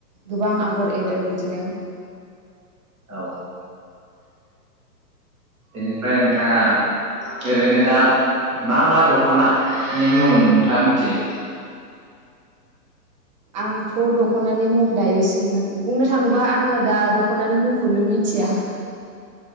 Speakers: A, on the right (about 25°); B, in the centre.
A: गोबां आगर
B: औ
A: एरो बिदिनो
B: औ बेनिफ्राय नोंथाङा ओरैनो दा मा मा दखनानि <unintelligible> मुं नोंथाङा मिथियो
A: आंथ दखनानि मुं दायो सोंनो बुंनो थाङोबा आङो दा दखनानि मुंखौनो मिथिया